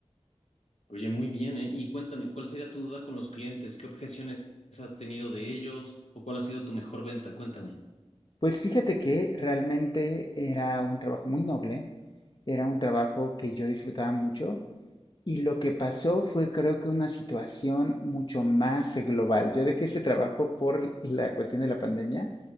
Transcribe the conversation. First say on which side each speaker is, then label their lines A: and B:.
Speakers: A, on the left (about 80°); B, on the left (about 45°).
A: Oye, muy bien, ¿eh? Y cuéntame, ¿cuál sería tu duda con los clientes? ¿Qué objeciones has tenido de ellos? ¿O cuál ha sido tu mejor venta? Cuéntame.
B: Pues fíjate que realmente era un trabajo muy noble, era un trabajo que yo disfrutaba mucho y lo que pasó fue creo que una situación mucho más global. Yo dejé ese trabajo por la cuestión de la pandemia